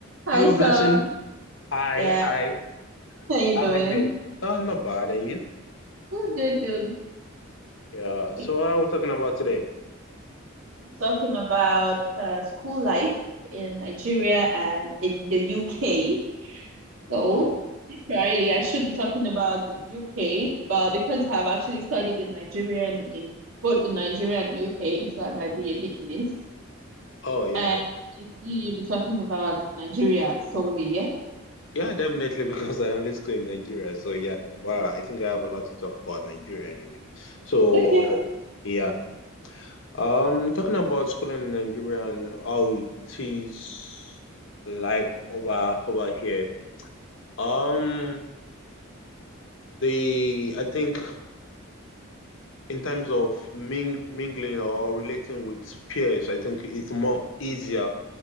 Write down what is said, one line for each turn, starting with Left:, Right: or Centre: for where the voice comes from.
Right: Hi,
Left: Hello,
Right: so
Left: Blessing. Hi,
Right: Yeah,
Left: hi.
Right: How you
Left: How
Right: doing?
Left: have you been? Uh, not bad. And you?
Right: good, good, good.
Left: Yeah. So
Right: Yeah.
Left: what are we talking about today?
Right: Talking about uh, school life in Nigeria and in the UK. So,
Left: Oh,
Right: literally, I should be talking about the UK, but because I've actually studied in Nigeria and in both in Nigeria and UK, so I might be a bit missed.
Left: oh yeah,
Right: And
Left: yeah,
Right: you, you'll be talking about Nigeria solely, yeah?
Left: yeah, definitely <laughs> because I only school in Nigeria. So yeah, well, I think I have a lot to talk about Nigeria anyway. So,
Right: Okay.
Left: uh, yeah. Um, talking about school in Nigeria and how it is like over over here. Um, the I think in terms of ming mingling or relating with peers, I think it's more easier